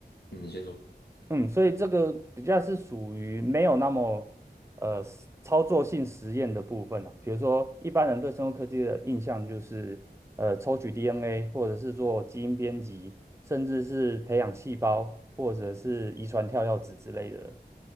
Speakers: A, on the left; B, on the right.
A: 嗯，你先说。
B: 嗯，所以这个比较是属于没有那么呃实操作性实验的部分啊。比如说，一般人对生物科技的印象就是呃抽取 DNA，或者是做基因编辑，甚至是培养细胞，或者是遗传跳药子之类的。